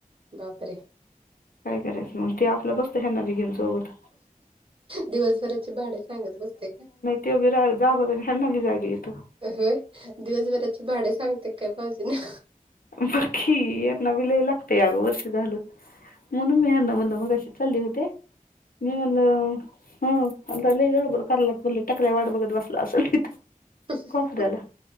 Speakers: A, on the right; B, on the left.
A: बापरे
B: काय करायचं मग त्यो आपलं बसतो ह्यांना बी घेऊन सोबत
A: दिवसभराची भांड सांगत बसतय काय?
B: ते बि रा जागवतो आन ह्यांनाबी जाग येतो.
A: होय दिवसभराची भाड सांगतो काय भावजींना
B: बक्की यांना बी लय लागतय अगं वर्ष झालं म्हणून मी ह्यांना म्हनल मघाशी चाल्ले होते मी म्हणलं हम् आता लय गळबड करलात म्हणल टकल्या वाट बघत बसला असल तिथं
A: भाऊजींना?
B: कोपऱ्याला